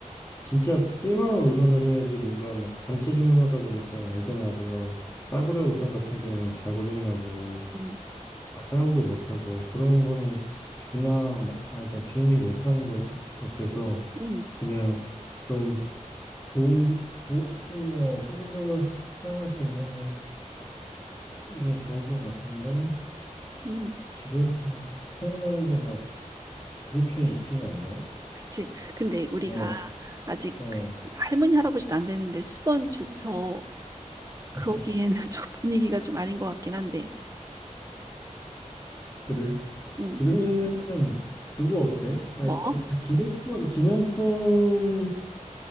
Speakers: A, on the left; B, on the right.
A: 진짜 쓸만한 우산을 해야지 뭔가 막 단체 주문하다 보니까 알잖아. 뭔가 막 싸구려 우산 같은 경우는 잘 고장나고
B: 음,
A: 아, 사용도 못하고 그런 거는 주나 마- 아 그러니까 준이 못하는 거 같아서
B: 음.
A: 그냥 좀 좋은 좀뭐 실질적으로 사- 사용할 수 있는 게 좋을 것 같은데
B: 음.
A: 지금 생각나는 게 막 그렇게 있진 않네.
B: 그치. 근데 우리가
A: 어,
B: 아직
A: 어.
B: 그 할머니, 할아버지도 안 되는데 수건 주고서 그러기에는
A: <laughs>
B: <laughs> 좀 분위기가 좀 아닌 것 같긴 한데,
A: 그래.
B: 음
A: 그러면은 그거 어때? 아,
B: 뭐?
A: 아, 아, 기념품 기념품을